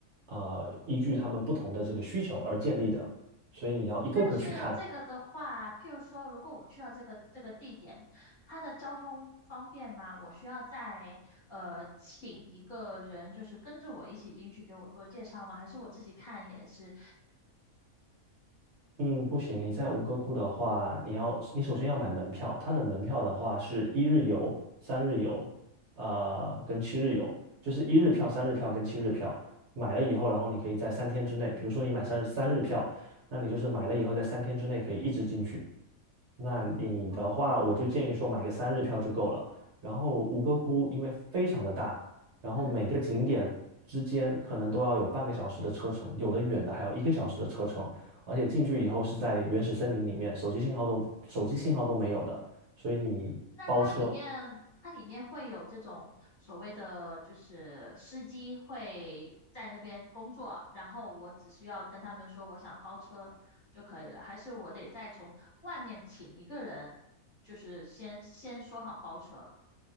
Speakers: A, on the right (about 55°); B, on the left (about 40°).
A: 呃，依据他们不同的这个需求而建立的。所以你要一个个去看，
B: 但是这个的话，譬如说，如果我去到这个这个地点，它的交通方便吗？我需要再呃请一个人，就是跟着我一起进去给我做介绍吗？还是我自己看也是？
A: 嗯，不行，你在吴哥窟的话，你要你首先要买门票，它的门票的话是一日游、三日游，呃，跟七日游，就是一日票、三日票跟七日票。买了以后，然后你可以在三天之内，比如说你买三三日票，那你就是买了以后在三天之内可以一直进去。那你的话，
B: 哦，
A: 我就建议说买个三日票就够了。然后吴哥窟因为非常的大，然后每个景点之间可能都要有半个小时的车程，
B: 嗯。
A: 有的远的还有一个小时的车程。而且进去以后是在原始森林里面，手机信号都手机信号都没有的，所以你包车
B: 那它里面它里面会有这种所谓的，就是司机会在那边工作，然后我只需要跟他们说我想包车就可以了，还是我得再从外面请一个人，就是先先说好包车。